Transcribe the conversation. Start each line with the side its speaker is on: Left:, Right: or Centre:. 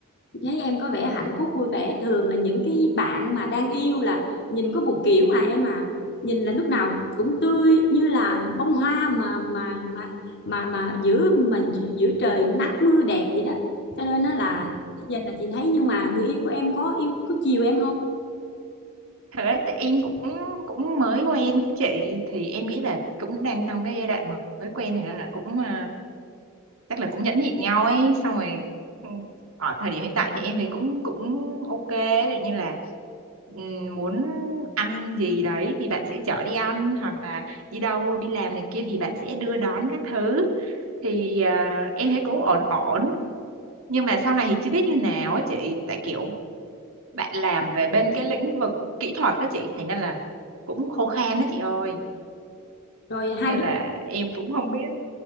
Left: Thấy em có vẻ hạnh phúc vui vẻ, thường là những cái bạn mà đang yêu là nhìn có một kiểu à em à, nhìn là lúc nào cũng tươi như là bông hoa mà mà mà mà mà giữa mà gi- giữa trời nắng mưa đẹp vậy đó. Cho nên nó là chị nhìn là chị thấy nhưng mà người yêu của em có yêu có chiều em không?
Right: Thật ra tại em cũng cũng mới quen á chị thì em nghĩ là cũng đang trong cái giai đoạn mà mới quen thì ra là cũng ờ, chắc là cũng nhẫn nhịn nhau ấy xong rồi ừ, ở thời điểm hiện tại thì em thấy cũng cũng ok ví dụ như là ừm, muốn ăn gì đấy thì bạn sẽ chở đi ăn hoặc là đi đâu đi làm này kia thì bạn sẽ đưa đón các thứ thì à, em thấy cũng ổn ổn nhưng mà sau này thì chưa biết như nào á chị tại kiểu bạn làm về bên cái lĩnh vực kỹ thuật đó chị thành ra là cũng khô khan đó chị ơi
Left: Rồi hai
Right: nên
Left: đứa
Right: là em cũng không biết